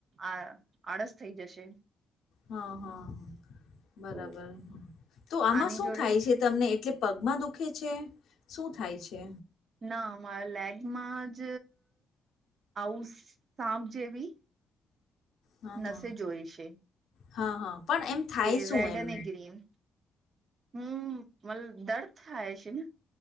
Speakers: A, on the right; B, on the left.
A: આ આળસ થઈ જશે
B: હા હા બરાબર
A: તો
B: તો આમાં
A: આની
B: શું
A: જોડે
B: થાય છે તમને એટલે પગમાં દુખે છે શું થાય છે
A: ના મારા લેગમાં જ આવું સાપ જેવી
B: હા
A: નસે
B: હા
A: જોઈ છે
B: હા હા પણ એમ થાય
A: તે
B: શું
A: રેડ
B: એમ
A: અને ગ્રીન હું મતલબ દર્દ થાય છે ને